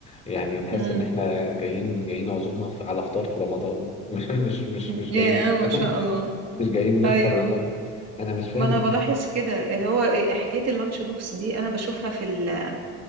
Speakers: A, on the left; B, on the right.
A: يعني تحس
B: امم
A: ان احنا جايين جايين عزومه في- على فطار في رمضان <laughs> مش مش مش مش
B: يا
A: جايين مش
B: ما شاء
A: <laughs>
B: الله
A: مش جايين نفطر
B: ايوه
A: والله انا مش فاهم
B: ما انا بلاحظ
A: ليه
B: كده اللي هو إيه، حكاية اللانش بوكس دي انا بشوفها في ال